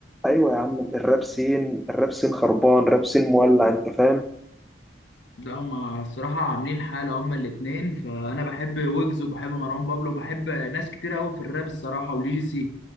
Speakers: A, in the centre; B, on the left.
A: ايوه يا عم الراب سين الراب سين خربان راب سين مولع انت فاهم
B: ده هما الصراحه عاملين حاله هما الاتنين فانا بحب ويجز وبحب مروان بابلو وبحب ناس كتير قوي في الراب الصراحه وليجيسي